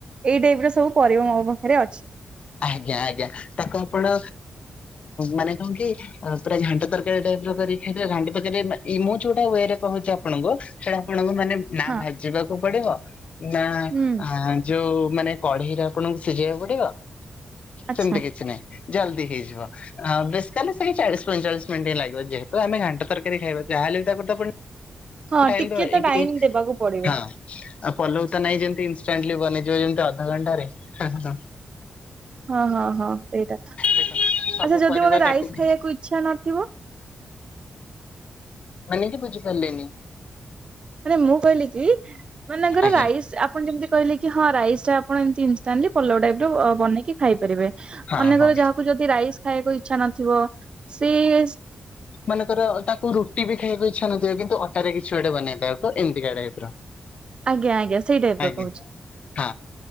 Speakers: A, on the right (about 45°); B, on the left (about 60°).
A: ଏଇ ଟାଇପ ର ସବୁ ପରିବା ମୋ ପାଖରେ ଅଛି।
B: ଆଜ୍ଞା ଆଜ୍ଞା ତାକୁ ଆପଣ ମାନେ କଣ କି ଆଉ ପୁରା ଘାଣ୍ଟ ତରକାରୀ ଟାଇପର କରିକି ଖାଇଦେବା ଘାଣ୍ଟ ତରକାରୀ ମୁଁ ଯୋଉଟା ୱେରେ କହୁଛି ଆପଣଙ୍କୁ ସେଇଟା ଆପଣଙ୍କୁ ମାନେ ନା
A: ହଁ
B: ଭାଜିବାକୁ ପଡିବ ନା
A: ହୁଁ
B: ଯୋଉ ମାନେ କଢେଇରେ ଆପଣଙ୍କୁ ସିଝେଇବାକୁ ପଡିବ
A: ଆଚ୍ଛା।
B: ସେମିତି କିଛି ନାହିଁ ଜଲଦି ହେଇଯିବ। ବେଶୀ ତାହେଲେ ସେ ଚାଳିଶ ପଞ୍ଚଚାଳିଶ ମିନଟ ହିଁ ଲାଗିବ। ଯେହେତୁ ଆମେ ଘାଣ୍ଟ ତରକାରୀ ଖଇବା ଯାହେଲେ ବି ତାକୁ ତ ପୁଣି
A: ହଁ
B: ଟାଇମ
A: ଟିକେ
B: ଦେବା
A: ତ
B: ଏକରେ
A: ଟାଇମ ଦେବାକୁ ପଡିବ।
B: ହଁ। ଆଉ ପଲଉ ତ ନାଇଁ ଯେମିତି ଇନଷ୍ଟାଟିଲି ବନେଇଯିବ ଯେମିତି ଅଧଘଣ୍ଟାରେ ହଁ ହଁ।
A: ହଁ ହଁ ହଁ ସେଇଟା ଆଚ୍ଛା
B: ଦେଖନ୍ତୁ ସବୁ
A: ଯଦି
B: ପରିବା
A: ମୋତେ ରାଇସ
B: କାଟିକି
A: ଖାଇବାକୁ ଇଚ୍ଛା ନଥିବ?
B: ମାନେ <unintelligible> ବୁଝିପାରିଲେନି?
A: ମାନେ ମୁଁ କହିଲି କି ମନେକର
B: ଆଜ୍ଞା
A: ରାଇସ୍ ଆ ଆପଣ ଯେମିତି କହିଲେ କି ହଁ ରାଇସ୍ ଟା ଆପଣ ଏମିତି ଇନଷ୍ଟାଟଲି ପଲଉ ଟାଇପର ବନେଇକି ଖାଇପାରିବେ
B: ହଁ
A: ମନେକର
B: ହଁ
A: ଯାହାକୁ ଯଦି ରାଇସ୍ ଖାଇବାକୁ ଇଚ୍ଛା ନଥିବ ସେ <inaudible>
B: ମାନେକର ତାକୁ ରୁଟି ବି ଖାଇବାକୁ ଇଚ୍ଛା ନଥିବ କିନ୍ତୁ ଅଟାରେ କିଛି ଗୋଟେ ବନେଇ ଦେବ ଏମିତିକା ଟାଇପ୍ ର।
A: ଆଜ୍ଞା ଆଜ୍ଞା ସେଇ ଟାଇପର
B: ଆଜ୍ଞା
A: କହୁଛି।
B: ହଁ